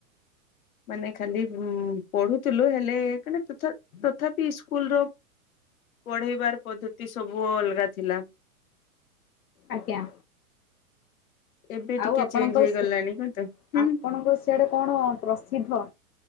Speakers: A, on the left; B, on the left.
A: ମାନେ ଖାଲି ଉ ପଢୁଥିଲୁ ହେଲେ। <unintelligible> ତଥାପି ସ୍କୁଲ ର ପଢେଇବାର ପଦ୍ଧତି ସବୁ ଅଲଗା ଥିଲା।
B: ଆଜ୍ଞା।
A: ଏବେ
B: ଆଉ
A: ଟିକେ
B: ଆପଣଙ୍କ
A: ଚେଞ୍ଜ ହେଇଗଲାଣି
B: ସେ
A: ତ ହୁଁ
B: ଆପଣଙ୍କ। <unintelligible> ସେଆଡେ କଣ ପ୍ରସିଦ୍ଧ